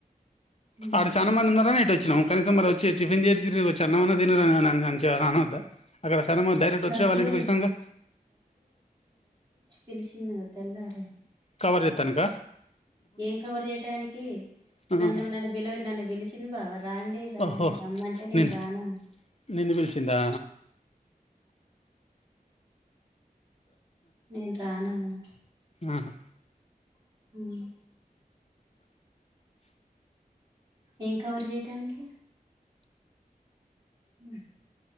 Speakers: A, on the right (about 30°); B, on the left (about 45°).
A: హ్మ్.
B: ఆడ చాల మంది ఉన్నారని ఇటు వచ్చినామ్ కనీసం మరి వచ్చి టిఫిన్ <unintelligible> అన్నమన్నా తినరుని అ వద్దా అక్కడన డైరెక్ట్ వచ్చ
A: రసలు
B: వాళ్ళ ఇంటికి వచ్చాం కదా
A: తెలిసింది గా తెల్లారే
B: కవర్ చేస్తానిక
A: ఏం కవర్ చేయటనికి
B: నువ్వు
A: నన్ను నన్ను బిలవ నన్ను పిలిచింది బావ రాండి
B: ఓహో
A: రమ్మంటే నేను
B: నిన్ను
A: రాను
B: నిన్ను పిలిచిందా
A: నేను రానన్న
B: ఆహా
A: ఉ ఏం కవర్ చేయటానికి ఆ